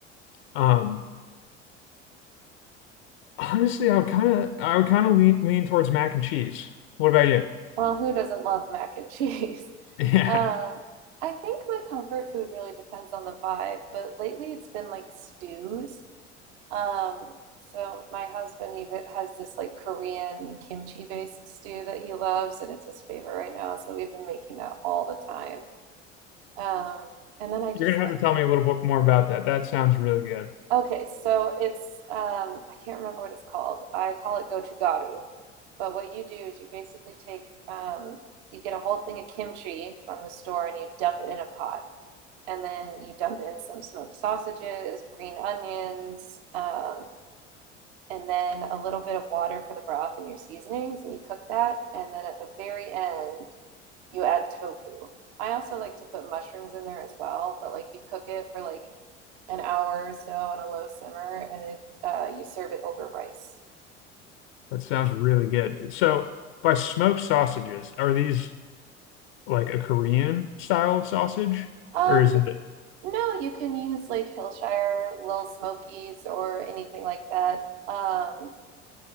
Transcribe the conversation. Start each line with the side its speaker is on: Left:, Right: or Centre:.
Left: um, honestly, I would kind of, I would kind of lean, lean towards mac and cheese. What about you? <laughs>
Right: Well, who doesn't love mac and cheese? <laughs>
Left: Yeah.
Right: Um, I think my comfort food really depends on the vibe, but lately it's been like stews. Um, so my husband even has this like Korean kimchi based stew that he loves, and it's his favorite right now. So we've been making that all the time. Um, and then I
Left: You're
Right: just
Left: gonna have to tell me a little bit more about that. That sounds really good.
Right: Okay, so it's um I can't remember what it's called. I call it gochugaru. But what you do is you basically take um you get a whole thing of kimchi from the store and you dump it in a pot. And then you dump in some smoked sausages, green onions, um, and then a little bit of water for the broth and your seasonings, and you cook that. And then at the very end, you add tofu. I also like to put mushrooms in there as well, but like you cook it for like an hour or so on a low simmer, and it uh, you serve it over rice.
Left: That sounds really good. So, by smoked sausages, are these like a Korean style of sausage,
Right: Um,
Left: or is it?
Right: no, you can use like Hillshire, Little Smokies, or anything like that. Um,